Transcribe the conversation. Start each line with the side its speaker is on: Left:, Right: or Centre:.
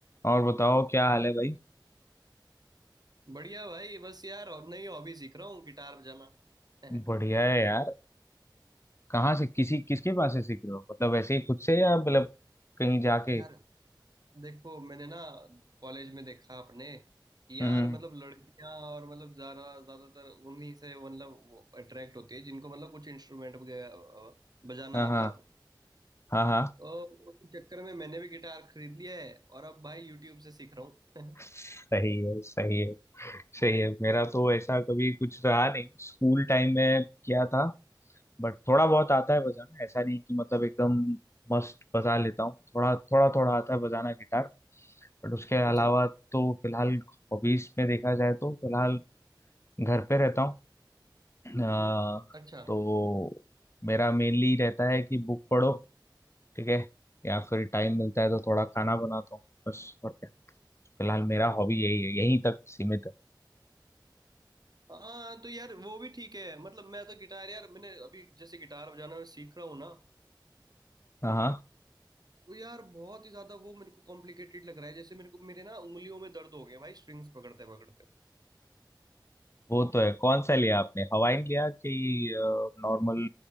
Left: और बताओ क्या हाल है भाई
Right: बढ़िया भाई बस यार और नई हॉबी सीख रहा हूँ गिटार बजाना <laughs>
Left: बढ़िया है यार कहाँ से किसी किसके पास से सीख रहे हो मतलब ऐसे ही खुद से या मतलब कहीं जाके
Right: यार देखो मैंने ना कॉलेज में देखा अपने कि
Left: हम्म
Right: यार मतलब लड़कियां और मतलब ज्यादा ज्यादातर उन्हीं से मतलब अट्रैक्ट होती है जिनको मतलब कुछ इंस्ट्रूमेंट बजाना
Left: हाँ
Right: आता
Left: हाँ
Right: हो
Left: हाँ हाँ
Right: तो उसी चक्कर में मैंने भी गिटार खरीद लिया है और अब भाई यूट्यूब से सीख रहा हूँ
Left: सही है सही है सही है मेरा तो ऐसा कभी कुछ रहा नहीं स्कूल टाइम में किया था बट थोड़ा बहुत आता है बजाना ऐसा नहीं कि मतलब एकदम मस्त बजा लेता हूँ थोड़ा थोड़ा थोड़ा आता है बजाना गिटार बट उसके
Right: <laughs> अच्छा
Left: अलावा तो फिलहाल हॉबीज में देखा जाए तो फिलहाल घर पे रहता हूँ अ,
Right: अच्छा
Left: तो मेरा मेनली रहता है कि बुक पढ़ो ठीक है या फिर टाइम मिलता है तो थोड़ा खाना बनाता हूँ बस और क्या फिलहाल मेरा हॉबी यही है यहीं तक सीमित है
Right: हाँ तो यार वो भी ठीक है मतलब मैं तो गिटार यार मैंने अभी जैसे गिटार बजाना मैं सीख रहा हूँ ना
Left: हाँ हाँ,
Right: वो यार बहुत ही ज्यादा वो मेरे को कॉम्प्लिकेटेड लग रहा है जैसे मेरे को मेरे ना उंगलियों में दर्द हो गए भाई स्ट्रिंग्स पकड़ते पकड़ते
Left: वो तो है कौन सा लिया आपने हवाइन लिया कि नॉर्मल